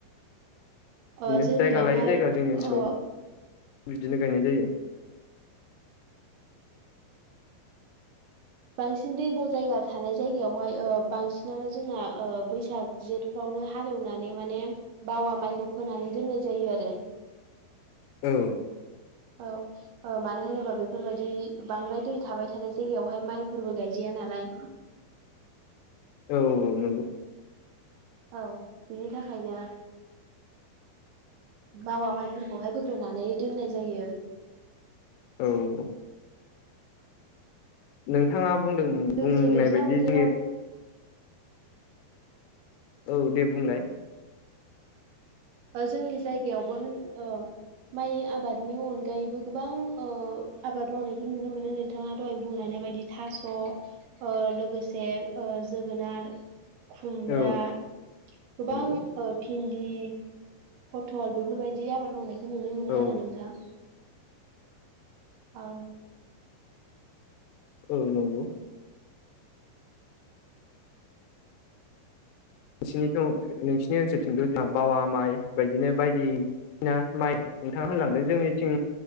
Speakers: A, on the right (about 75°); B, on the left (about 80°).
A: ओ
B: बिदिनो
A: जोंनियावहाय
B: जायगा लायै जायगा जोंनि ओनसोलाव
A: ओ
B: बिदिनो गायनाय जायो
A: बांसिन दैब जायगा थानाय जायगायावहाय ओ बांसिनानो जोंना बैसाग जेठफ्राव नो हालेवनानै माने बावा माइखौ फोनानै दोननाय जायो आरो
B: औ
A: औ औ मानो होनोबा बेफोरबायदि बांद्राय दै थाबाय थानाय जायगायावहाय माइफोरबो गायजाया नालाय
B: औ औ नंगौ
A: औ बिनि थाखायनो भावा माइफोरखौहाय बोग्रोनानै दोननाय जायो
B: औ नोंथाङा बुंदों
A: लोगोसे
B: बुंनाय
A: दैज्लां
B: बायदि
A: बोथोराव
B: जे औ दे बुंलाय
A: जोंनि जायगायावबो होन--ओ माइ आबादनि अनगायैबो गोबां ओ आबाद मावनायखौ नुनो मोनो नोंथाङा दहाय बुंलायनाय बायदि थास ओ लोगोसे ओ जोगोनार खुमब्रा
B: औ
A: गोबां
B: नंगौ
A: ओ भिन्दि फटल बेफोरबायदि आबाद मावनायखौ नुनो मोनो
B: औ
A: आरो नोंथाङ औ
B: औ नंगौ नोंसिनिथ नोंसिनि ओनसोलथिंथ <unintelligible> बावा माइ बायदिनो बायदिसिना माइ नोंथाङा होनलांदों जोंनिथिं